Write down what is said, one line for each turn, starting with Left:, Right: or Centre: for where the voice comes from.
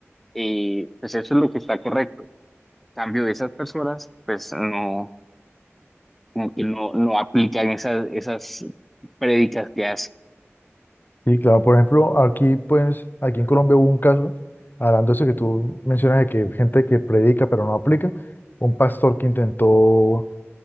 Centre: eh, pues eso es lo que está correcto. En Cambio de esas personas, pues no, como que no, no aplican esas, esas prédicas que hacen.
Left: Sí, claro, por ejemplo, aquí pues, aquí en Colombia hubo un caso, hablando de eso que tú mencionas de que gente que predica pero no aplica, un pastor que intentó